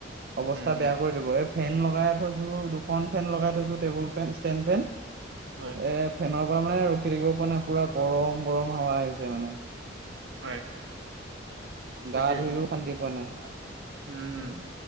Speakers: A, on the right (about 55°); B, on the right (about 80°).
A: অৱস্থা
B: হম
A: বেয়া কৰি দিব এই ফেন লগাই থৈছো, দুখন ফেন লগাই থৈছো টেবুল ফেন ষ্টেণ্ড ফেন,
B: হয়
A: এ ফেনৰ পৰা মানে ৰখি থাকিব পৰা নাই পুৰা গৰম-গৰম হাৱা আহিছে মানে।
B: হয়। তাকেই
A: গা ধুইও শান্তি পোৱা নাই।
B: উম।